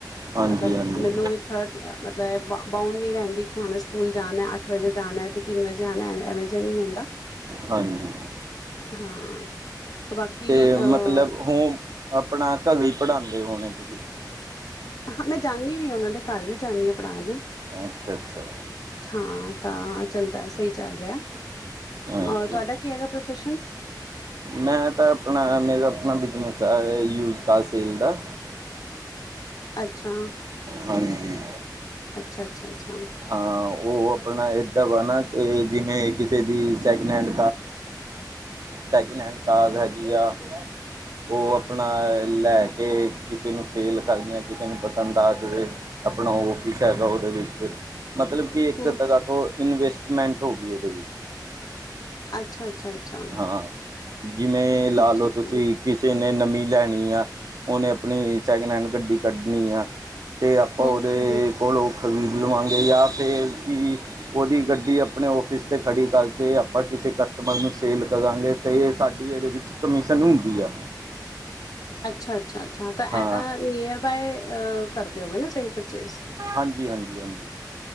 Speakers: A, on the right (about 55°); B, on the left (about 55°).
A: ਹਾਂਜੀ
B: ਮਤਲਬ
A: ਹਾਂਜੀ
B: ਮੈਨੂੰ ਵੀ ਥੋੜਾ ਮਤਲਬ ਬਾਊਡ ਨਹੀਂ ਰਹਿੰਦੀ ਕਿ ਹਂ ਸਕੂਲ ਜਾਣਾ ਅੱਠ ਵਜੇ ਜਾਣਾ ਤੇ ਤਿੰਨ ਵਜੇ ਆਉਣਾ ਐਵੇ ਜਿਹਾ ਨਹੀ ਹੁੰਦਾ
A: ਹਾਂਜੀ।
B: ਹਾਂ ਬਾਕੀ
A: ਤੇ
B: ਅਹ
A: ਮਤਲਬ ਉਹ ਆਪਣਾ ਘਰੇ ਪੜ੍ਹਾਉਂਦੇ ਹੋਣੇ ਤੁਸੀਂ।
B: ਹਾਂ ਮੈਂ ਜਾਂਦੀ ਵੀ ਹ ਉਹਨਾਂ ਦੇ ਘਰ ਵੀ ਜਾਂਦੀ ਹਾਂ ਪੜਾ ਨੇ
A: ਅਛਾ- ਅਛਾ
B: ਹਾਂ ਤਾਂ ਚੱਲਦਾ ਸਹੀ ਚੱਲ ਰਿਹਾ
A: ਅੱਛਾ
B: ਔਰ ਤੁਹਾਡਾ ਕੀ ਹੈਗਾ ਪ੍ਰੋਫੈਸ਼ਨ?
A: ਮੈਂ ਤਾਂ ਆਪਣਾ ਮੇਰਾ ਆਪਣਾ ਬਿਜਨਸ ਆ ਯੂਜ ਕ ਸੇਲ ਦਾ
B: ਅੱਛਾ।
A: ਹਾਂਜੀ।
B: ਅਛਾ- ਅਛਾ ਅਛਾ
A: ਹਾਂ ਉਹ ਆਪਣਾ ਏਦਾਂ ਵਾ ਨਾ ਜਿਵੇਂ ਕਿਸੇ ਦੀ second hand second hand car ਹੈਗੀ ਆ ਉਹ ਆਪਣਾ ਲੈ ਕੇ ਕਿਸੇ ਨੂੰ ਸੇਲ ਕਰਦੀਆਂ ਕਿਸੇ ਨੂੰ ਪਸੰਦ ਆ ਜਿਵੇ ਆਪਣਾ ਔਫਿਸ ਹੈਗਾ ਉਹਦੇ ਵਿੱਚ ਮਤਲਬ ਕਿ ਇੱਕ
B: ਹਮ
A: ਤਰਾਂ ਤੋਂ ਇਨਵੈਸਟਮੈਂਟ ਹੋ ਗਈ ਇਹਦੇ ਵਿੱਚ।
B: ਅੱਛਾ ਅੱਛਾ ਅੱਛਾ
A: ਹਾਂ ਜਿਵੇ ਲਾ ਲਓ
B: ਠੀਕ
A: ਤੁਸੀ
B: ਹੈ
A: ਕਿਸੇ ਨੇ ਨਮੀਂ ਲੈਣੀ ਆ ਉਹਨੇ ਆਪਣੀ ਸੈਕਿੰਡ ਹੈਂਡ ਗੱਡੀ ਕੱਢਣੀ ਆ। ਤੇ ਆਪਾਂ
B: ਹਮ
A: ਉਹਦੇ
B: ਹਮ ਹਮ
A: ਕੋਲ ਉਹ ਖ਼ਰੀਦ ਲਵਾਂਗੇ ਜਾਂ ਫਿਰ ਕੀ ਉਹਦੀ ਗੱਡੀ ਆਪਣੇ ਔਫਿਸ ਤੇ ਖੜ੍ਹੀ ਕਰਕੇ ਆਪਾ ਕਿਸੇ ਕਸਟਮਰ ਨੂੰ ਸੇਲ ਕਰਾਂਗੇ। ਤੇ ਸਾਡੀ ਇਹਦੇ ਵਿਚ ਕਮਿਸ਼ਨ ਹੁੰਦੀ ਆ।
B: ਅਛਾ-ਅਛਾ, ਅਛਾ ਤਾਂ
A: ਹਾਂ
B: ਇਹ ਤਾਂ ਨੀਅਰ ਬਾਏ ਕਰਦੇ ਹੋਗੇ ਨਾ ਸੇਲ ਪਰਚੇਜ।
A: ਹਾਂਜੀ-ਹਾਂਜੀ, ਹਾਂਜੀ